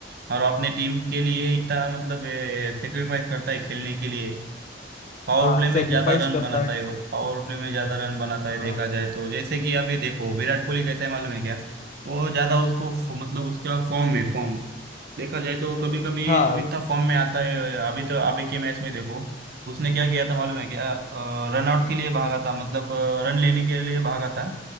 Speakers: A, on the right; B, on the left.
A: और अपने टीम के लिए इतना मतलब सेक्रीफाइस करता है खेलने के लिए पावर
B: हाँ
A: प्ले में
B: सेक्रीफाइस
A: ज्यादा रन
B: करता
A: बनाता
B: है
A: है वो पावर प्ले में ज्यादा रन बनाता
B: हाँ
A: है देखा जाए तो जैसे कि आप ये देखो विराट कोहली कैसा है मालूम है क्या वो ज्यादा उसको फ- मतलब उसका फॉर्म में फॉर्म देखा जाए तो कभी कभी
B: हाँ
A: तो इतना फॉर्म में आता है अभी तो अभी के मैच में देखो उसने क्या किया था मालूम है क्या रन आउट के लिए भागा था मतलब रन लेने के लिए भागा था